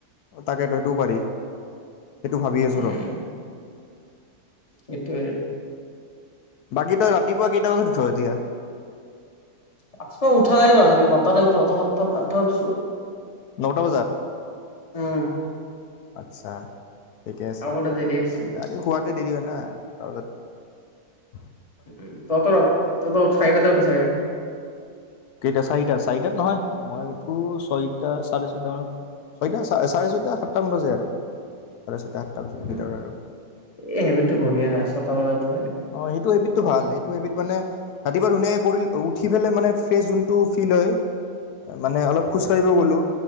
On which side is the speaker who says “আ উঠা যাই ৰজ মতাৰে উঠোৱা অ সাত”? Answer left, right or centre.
Left